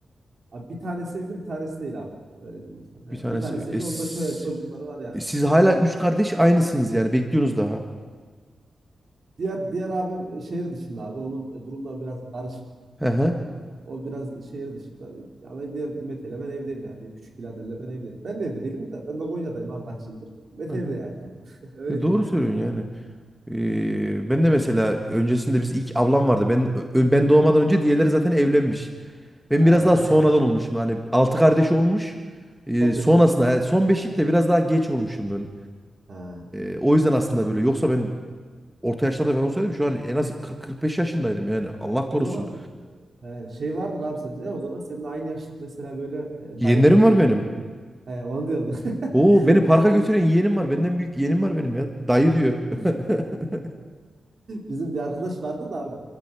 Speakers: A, on the right; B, in the centre.
A: abi bir tanesi evli bir tanesi değil abi. Öyle diyeyim mesela.
B: Bir
A: He,
B: tanesi.
A: bir tanesi
B: E,
A: evli
B: s-
A: onda ço- çocukları var yani.
B: e, siz hala üç kardeş aynısınız yani. Bekliyorsunuz daha.
A: Diğer diğer abim e, şehir dışında abi. Onun e, durumları biraz karışık.
B: Hı
A: Ee,
B: hı.
A: o biraz şehir dışında. Ya ben diğer Mete ile ben evdeyim yani. Benim küçük biraderle ben evdeyim. Ben de evde değilim de. Ben de Konya'dayım abi kaç yıldır. Mete
B: Hı hı.
A: evde yani. <laughs> Öyle
B: E, doğru
A: diyeyim yani.
B: söylüyorsun yani. E, ben de mesela öncesinde biz ilk ablam vardı. Ben ö- ben doğmadan önce diğerleri zaten evlenmiş. Ben
A: Ha.
B: biraz daha sonradan olmuşum. Hani altı kardeş olmuş. E,
A: <laughs> Son
B: sonrasında
A: beşik.
B: yani son beşik de biraz daha geç olmuşum ben.
A: Ha.
B: E, o yüzden aslında böyle. Yoksa ben orta yaşlarda falan olsaydım şu an en az 40-45 yaşındaydım yani. Allah korusun.
A: O zaman e, şey vardır abi sende. Ya o zaman senin aynı yaşıt mesela böyle e,
B: Yeğenlerim
A: dayın mayın.
B: var benim.
A: He, onu diyordum. <laughs>
B: Oo beni parka götüren
A: Biz...
B: yeğenim var. Benden büyük yeğenim var benim ya. Dayı diyor.
A: <laughs>
B: <laughs>
A: Bizim bir arkadaş vardı da abi.